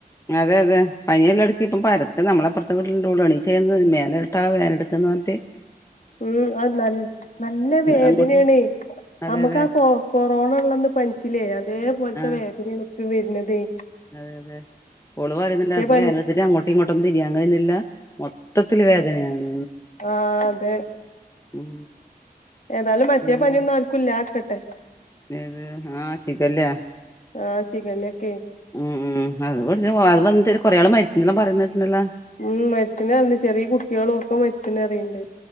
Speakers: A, on the left; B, on the left.
A: അതെ അതെ പനി എല്ലായിടത്തും പരക്ക നമ്മളെ പ്രാ ഇ വീട്ടിള്ളണീ ചേർന്ന് മേല ഇട്ടാ വേൻ എടുക്കന്ന് പറഞ്ഞട്ട്
B: ഉം അത് ന നല്ല വേദനേണേ
A: അങ്ങോട്ട് അതെ
B: അമ്മക്കാ
A: അതെ
B: കൊ കൊറോണ ഉള്ളന്ന് പൻച്ചില്ലേ അതേ പോലത്തെ
A: ആഹ്
B: വേദനേണെ <unintelligible> വര്ണതേ
A: അതെ അതെ ഓള് പറയ്ന്ന്ണ്ടായ് ക്ക്
B: പനി
A: വേദനട്ത്ത്ട്ട് അങ്ങോട്ടും ഇങ്ങോട്ടാെന്നും തിരിയാൻ കയ്യ്ന്നില്ല മൊത്തത്തില് വേദനയാണ്
B: ആ അതെ
A: ഉം
B: ഏതാലും മറ്റേ
A: പിന്നെന്താ
B: പനിയൊന്നും ആർക്കുംല്ലാക്കട്ടെ
A: ഏത് ആഹ ശിഖല്ലയാ
B: ആ ശിഖല്ലാെക്കെ
A: ഉം ഉം അത് <unintelligible> ച്ച് <unintelligible> വന്നിട്ട് കൊറേയാള് മരിച്ച്ന്നും പറയ്ന്നേട്ട്ണ്ടല്ലാ
B: ഉം മരിച്ചിനർഞ്ഞ് ചെറീ കുട്ട്യേളും ഒക്കെ മരിച്ച്ണറീണ്ട്